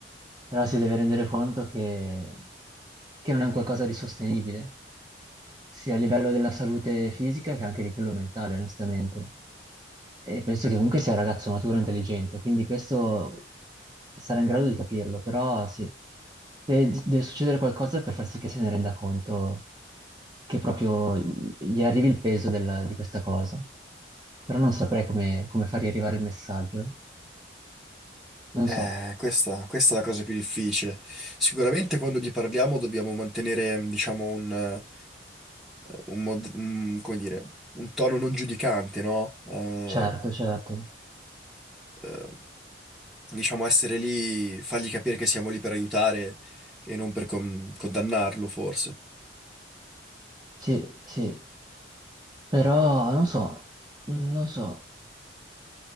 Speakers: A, on the right (about 20°); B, in the centre.
A: Però si deve rendere conto che, che non è un qualcosa di sostenibile, sia a livello della salute fisica che anche di quello mentale, onestamente. E penso che comunque sia un ragazzo maturo e intelligente, quindi questo sarà in grado di capirlo, però sì, deve, deve succedere qualcosa per far sì che se ne renda conto che proprio gli arrivi il peso del- di questa cosa. Però non saprei come, come fargli arrivare il messaggio, non
B: Eh,
A: so.
B: questa, questa è la cosa più difficile. Sicuramente quando gli parliamo dobbiamo mantenere, mm, diciamo, un, eh, un mod- un- come dire, un tono non giudicante, no? Eh,
A: Certo, certo.
B: eh, diciamo, essere lì, fargli capire che siamo lì per aiutare e non per con- condannarlo, forse.
A: Sì, sì. Però non so, non so,